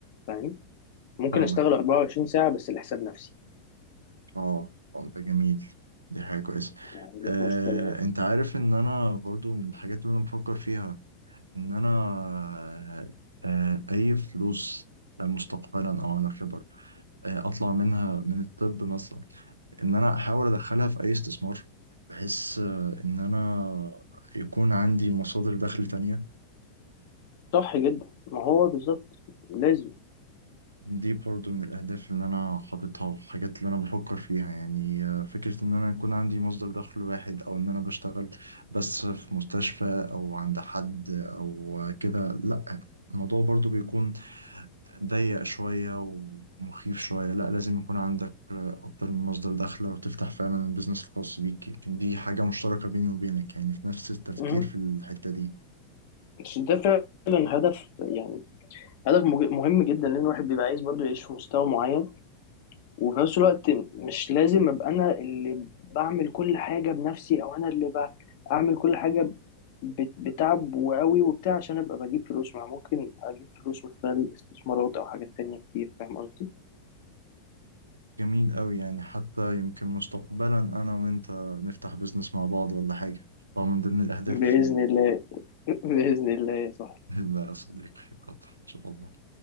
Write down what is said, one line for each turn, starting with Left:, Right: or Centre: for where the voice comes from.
Left: فاهم ممكن
Right: فاهمك
Left: أشتغل 24 ساعة بس لحساب نفسي
Right: اه آه، ده جميل دي حاجة كويسة
Left: يعني ما عنديش
Right: آه،
Left: مشكلة يعني
Right: انت عارف ان انا برضو من الحاجات اللي انا بفكر فيها ان انا آه، آه، اي فلوس مستقبلا او على كبر آه، اطلع منها من الطب مثلا ان انا احاول ادخلها في اي استثمار بحيث آه، ان انا يكون عندي مصادر دخل تانية
Left: صح جدا ما هو بالظبط لازم
Right: دي برضو من الأهداف اللي أنا حاططها والحاجات اللي أنا بفكر فيها يعني آه، فكرة إن أنا يكون عندي مصدر دخل واحد أو إن أنا بشتغل بس في مستشفى أو عند حد أو كده لأ الموضوع برضو بيكون ضيق شوية ومخيف شوية لأ لازم يكون عندك آه، أكتر من مصدر دخل أو تفتح فعلا البيزنس الخاص بيك يمكن دي حاجة مشتركة بيني وبينك يعني في نفس التفكير
Left: مهم.
Right: في الحتة دي
Left: بس ده فعلا هدف يعني هدف مج- مهم جدا لان الواحد بيبقى عايز برضه يعيش في مستوى معين وفي نفس الوقت مش لازم ابقى انا اللي بعمل كل حاجه بنفسي او انا اللي بعمل كل حاجه ب- بتعب وقوي وبتاع عشان ابقى بجيب فلوس مع ممكن اجيب فلوس من خلال استثمارات او حاجات تانية كتير فاهم قصدي؟
Right: جميل أوي يعني حتى يمكن مستقبلا أنا وأنت نفتح بيزنس مع بعض ولا حاجة طبعا من ضمن الأهداف
Left: باذن الله <laughs> باذن الله صح
Right: <laughs> لا يا صديقي يلا إن شاء الله